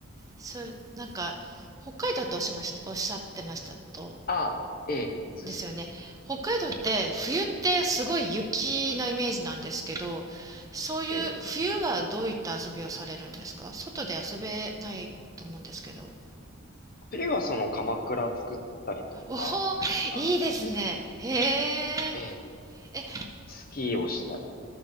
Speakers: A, on the right; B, on the left.
A: それなんか北海道とおっしゃいました、おっしゃってましたと。
B: あ、ええ、そうですそうです。
A: ですよね。北海道って冬ってすごい雪のイメージなんですけど、そういう冬はどういった遊びをされるんですか外で遊べないと思うんですけど。
B: ええ。次はその鎌倉作ったりとか、
A: おお、
B: あの、
A: いいですね。へえ。
B: ええ
A: え、
B: スキーをしたり。